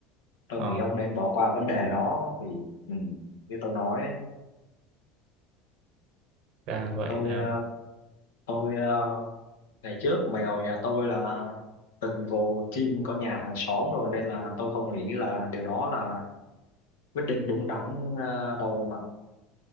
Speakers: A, on the left; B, on the right.
A: tôi
B: ờ
A: nghĩ ông nên bỏ qua vấn đề đó vì ừ, như tôi nói ấy,
B: ra vậy
A: tôi
B: ra
A: ờ,
B: vậy.
A: tôi ờ, ngày trước mèo nhà tôi là từng vồ chim có nhà hàng xóm rồi nên là tôi không nghĩ là điều đó là quyết định đúng đắn ờ, đâu ông ạ